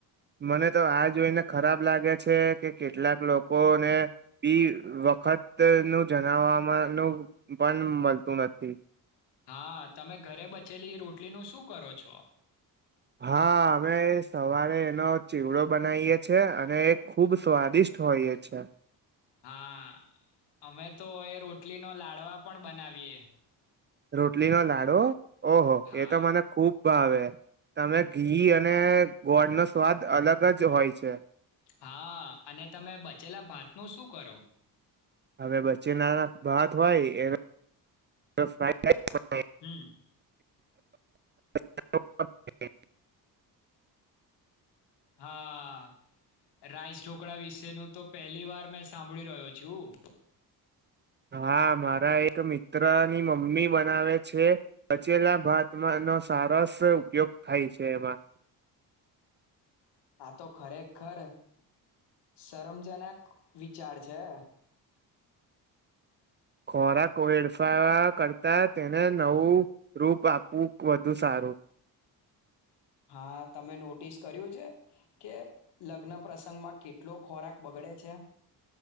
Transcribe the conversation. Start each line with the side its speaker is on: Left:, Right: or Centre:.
Right: મને તો આ જોઈને ખરાબ લાગે છે કે કેટલાક લોકોને બી વખત નું જણાવવામાંનું પણ મળતું નથી
Left: હા તમે ઘરે બચેલી રોટલીનુંું શું કરો છો
Right: હા, અમે સવારે એનો ચેવડો બનાવીએ છીએ છે. એ અને એ ખૂબ સ્વાદિષ્ટ હોય એ છે.
Left: હા. અમે તો એ રોટલી નો લાડવા પણ બનાવીએ.
Right: રોટલી નો લાડવો ઓહ,
Left: હા,
Right: એ તો મને ખૂબ. ભાવે તેમા ઘી અને ગોળ નો સ્વાદ અલગ જ હોય છે.
Left: હા. અને તમે બચેલા ભાત નું શું કરો.
Right: હવે બચેલા ના ભાત હોય એ. ફાઈડ રાઈસ
Left: હમ,
Right: હ.
Left: હા, રાઈસ ઢોકળા વિશેનું તો પહેલી વાર મેં સાંભળી રહ્યો છું.
Right: હા, મારા એક મિત્રની મમ્મી બનાવે છે. બચેલા ભાતમાંનો સરસ ઉપયોગ થાય છે. એમાં
Left: આ તો ખરેખર સરસ વિચાર છે.
Right: ખોરાક વેડફવા કરતા તેને નવું રૂપ આપવું વધુ સારું.
Left: હા. તમે નોટિસ કર્યું છે. કે લગ્ન પ્રસંગમાં કેટલો ખોરાક બગડે છે.